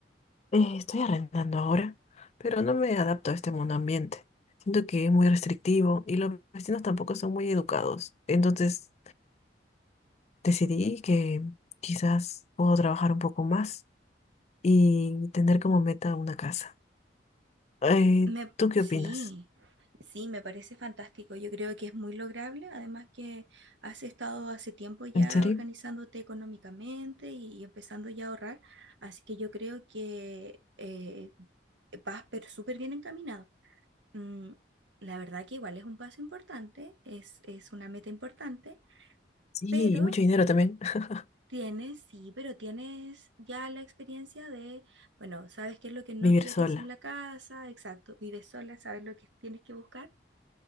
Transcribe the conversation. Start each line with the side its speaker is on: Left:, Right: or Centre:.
Left: Eh, estoy arrendando ahora, pero no me adapto a este mundo ambiente. Siento que es muy restrictivo y los vecinos tampoco son muy educados. Entonces decidí que quizás puedo trabajar un poco más y tener como meta una casa. Eh,
Right: Me,
Left: ¿tú qué
Right: sí,
Left: opinas?
Right: sí, me parece fantástico. Yo creo que es muy lograble, además que has estado hace tiempo ya
Left: ¿En serio?
Right: organizándote económicamente y, y empezando ya a ahorrar, así que yo creo que eh, vas pero súper bien encaminado. Mm, la verdad que igual es un paso importante, es, es una meta importante,
Left: Sí,
Right: pero
Left: y mucho dinero también. <laughs>
Right: tienes, sí, pero tienes ya la experiencia de, bueno, sabes qué es lo que no
Left: Vivir
Right: quieres
Left: sola.
Right: en la casa, exacto, vives sola, sabes lo que tienes que buscar.